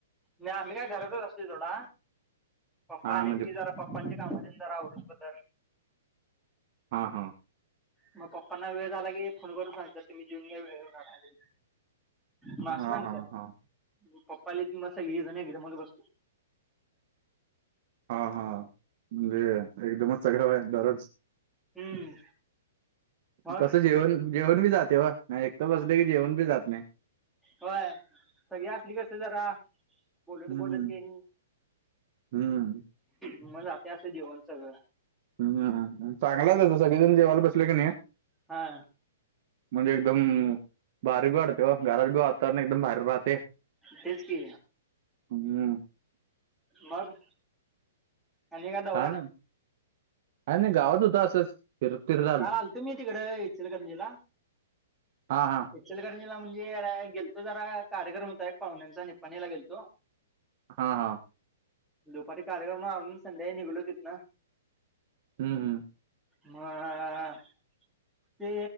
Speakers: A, in the centre; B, on the right (about 35°).
A: मी आम्ही काय घरातच असतोय सोडा, पप्पा
B: हा
A: आलेत
B: म्हणजे
A: की जरा पप् पांची काम तेन जरा आवरूस पतर
B: हा हा
A: मग पप्पांना वेळ झाला की, फोन करून सांगतात तुम्ही जेऊन घ्या वेळ होणार आहे. म अस
B: हा
A: सांगत्यात.
B: हा हा
A: पप्पा आले कि म सगळी जण एकदमच बसतो
B: हा हा. वेळ, एकदमच सगळ होय? दरोज
A: हम्म मग
B: तस जेवन, जेवन बी जाते ओ नाही, एकट बसल की जेवन बी जात नाही
A: हा. सगळी असली कि कसं जरा बोलत
B: हम्म
A: बोलत तेन,
B: हम्म
A: मग जातय असं जेवण सगळं.
B: ह् चांगला झाला सगळेजण जेवाला बसले की नाही
A: हा
B: म्हणजे एकदम भारी बी वाटतें व घरात बी वातावरण एकदम भारी राहते
A: तेच की
B: हम्म
A: मग आणि काय दौरा
B: का ना का नाही गावात होत असंच फिरत फिरत
A: काल आलतो मी तिकड इचलकरंजी ला
B: हा हा
A: इचलकरंजीला म्हणजे गेलतो जरा कार्यक्रम होता एक पाहुण्यांचा निपाणीला गेलतो
B: हा हा
A: दुपारी कार्यक्रमावरून आलो संध्याकाळी निघलो तिथन
B: हम् हम्
A: मग
B: <unintelligible>
A: ते